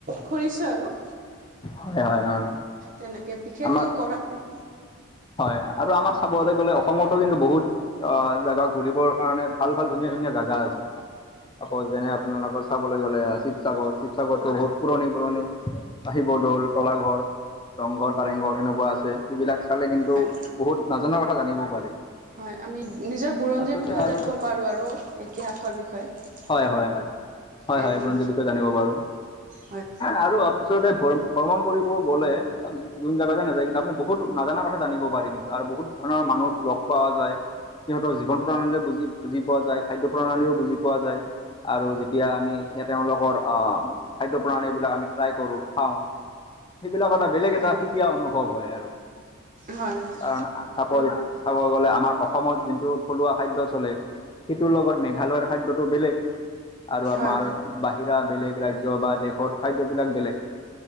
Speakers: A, on the right; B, on the left.
A: ঘৰিছো আৰু।
B: হয় হয় অঁ
A: তেনেকে বিশেষতটো
B: আমাৰ
A: কৰা নাই।
B: হয় আৰু আমাৰ চাবলৈ গ'লে অসমতো কিন্তু বহুত। আহ জেগা ঘুৰিবৰ কাৰণে ভাল ভাল ধুনীয়া ধুনীয়া জাগা আছে। আকৌ যেনে আপোনালোকৰ চাবলৈ গ'লে শিৱ সাগৰ শিৱসাগৰটো হ'ল পুৰণি পুৰণি আ, শিৱ দৌল, তলা ঘৰ ৰংঘৰ, কাৰেংঘৰ সেনেকুৱা আছে সেইবিলাক চালে কিন্তু
A: হয়।
B: বহুত নাজনা কথা জানিব পাৰি।
A: হয় আমি নিজৰ বুৰঞ্জীৰ
B: আচলতে
A: বিষয়ে
B: আৰু
A: জানিব পাৰোঁ আৰু ইতিহাসৰ বিষয়ে।
B: হয় হয়। হয়
A: সেইবোৰ।
B: হয় বুৰঞ্জীৰ বিষয়ে জানিব পাৰোঁ।
A: হয়।
B: আৰু আব আচলতে ভৰ ভ্ৰমণ কৰিব গ'লে যোন জেগা যে নাযায় কিন্তু আপুনি বহুত নাজানা কথা জানিব পাৰি কিন্তু যাৰ বহুত ধৰণৰ মানুহ লগ পোৱা যায়। সিহঁতৰ জীৱন <unintelligible> বুজি বুজি পোৱা যায় খাদ্য প্ৰণালীও বুজি পোৱা যায়। আৰু যেতিয়া আমি সেইয়া তেওঁলোক কৰ অ', খাদ্য প্ৰণালীবিলাক আমি ট্ৰাই কৰো, খাওঁ। সেইবিলাকৰ এটা বেলেগ এটা
A: হয়
B: সুকীয়া অনুভৱ হয় আৰু
A: হয় হয়
B: কাৰণ আ চাপৰ চাব গলে আমাৰ অসমত যোনটো থলুৱা খাদ্য চলে। সেইটোৰ লগত মেঘালয়ৰ খাদ্যটো বেলেগ। আৰু আমাৰ
A: হয়
B: বাহিৰা বেলেগ ৰাজ্য বা দেশৰ খাদ্যবিলাক বেলেগ।